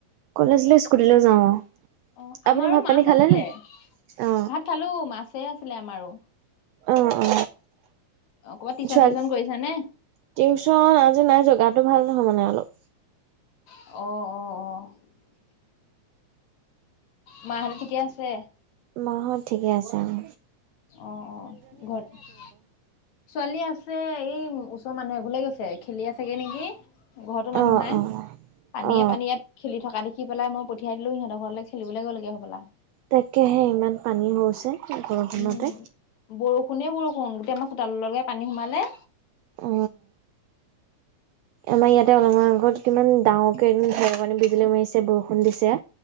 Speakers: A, on the right (about 75°); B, on the left (about 70°).
A: কলেজলৈ স্কুটিলৈ যাওঁ অ।
B: অ
A: আপুনি
B: আমাৰো
A: ভাত
B: মাছ
A: পানী খালে
B: আছিলে
A: নাই?
B: ভাত
A: অ
B: খালো। মাছে আছিলে আমাৰো।
A: অ, অ
B: অ ক'ৰবাত টিউচন
A: ছোৱালী
B: চিউচন কৰিছা নে?
A: টিউচন আজি নাই যোৱা। গাটো ভাল। শুলে মানে অলপ।
B: অহ, অহ, অহ মা হত ঠিকে আছে।
A: মা হত ঠিকে আছে আৰু।
B: অ, অ ঘৰত ছোৱালী আছে এই। ওচৰৰ মানুহ এঘৰলৈ গৈছে। খেলি আছেগৈ নেকি। ঘৰতো মানুহ
A: অ
B: নাই।
A: অ
B: পানীয়ে
A: অ
B: পানীয়ে ইয়াত খেলি থকা দেখি। মাতি পেলাই মই পঠিয়াই দিলো। সিহঁতৰ ঘৰলৈ খেলিবলৈ গ'লগে হবলা।
A: তাকেহে ইমান পানী হৈছে বৰষুণতে।
B: উম, বৰষুণে, বৰষুণ। গোটেই আমাৰ চোতাললৈকে লৈকে। পানী সোমালে।
A: অ আমাৰ ইয়াতে অলপমান আগত কিমান ডাঙৰকে এ ঢেৰেকণি -বিজুলী মাৰিছে। বৰষুণ দিছে।